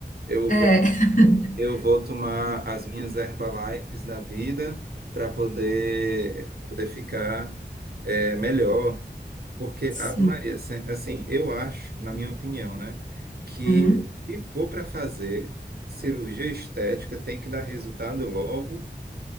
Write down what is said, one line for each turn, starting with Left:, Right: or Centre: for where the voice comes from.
Right: Eu
Left: É,
Right: vou
Left: <laughs>
Right: eu vou tomar as minhas Herbalifes da vida para poder, pra poder ficar é, melhor. Porque,
Left: sim.
Right: Ave Maria, se- assim, eu acho, na minha opinião, né, que
Left: Uhum.
Right: se for para fazer cirurgia estética, tem que dar resultado logo